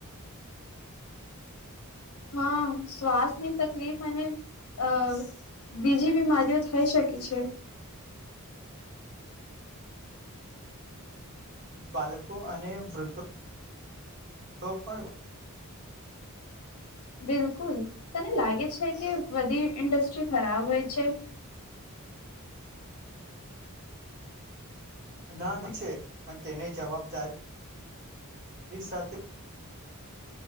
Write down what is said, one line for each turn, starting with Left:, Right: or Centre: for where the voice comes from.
Left: હા, શ્વાસની તકલીફ અને અ બીજી બીમારીઓ થઈ શકે છે.
Right: બાળકો અને વૃદ્ધો. તો પણ,
Left: બિલકુલ તને લાગે છે. કે બધી ઇન્ડસ્ટ્રી ખરાબ હોય છે.
Right: ના, ની છેે. પણ તેને જવાબદારી ઓની સાથે.